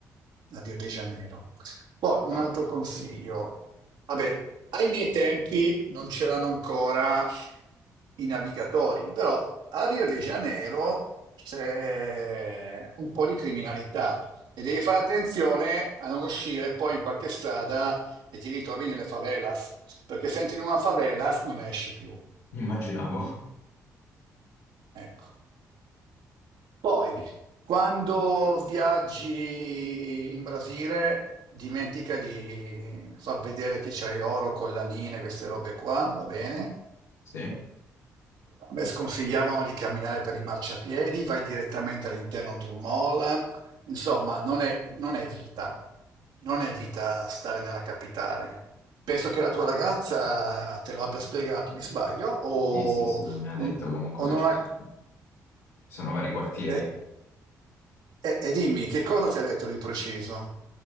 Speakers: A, on the right; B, on the left.
A: a Rio de Janeiro. Poi un
B: Wow,
A: altro consiglio. Vabbè, ai miei tempi non c'erano ancora i navigatori, però a Rio de Janeiro c'è un po' di criminalità e devi fare attenzione a non uscire poi in qualche strada e ti ritrovi nelle favelas, perché se entri in una favelas non esci più.
B: immaginavo.
A: Mm? Ecco. Poi, quando viaggi in Brasile, dimentica di far vedere che c'hai oro, collanine, queste robe qua, va bene?
B: Sì.
A: A me sconsigliavano di camminare per i marciapiedi, vai direttamente all'interno di un mall. Insomma, non è, non è vita. Non è vita stare nella capitale. Penso che la tua ragazza te lo abbia spiegato, mi sbaglio? O,
B: Sì, sì, sì, mi ha detto comunque
A: o
B: che
A: non
B: ci
A: ha.
B: sono, sono vari quartieri.
A: E, e- e dimmi, che cosa ti ha detto di preciso?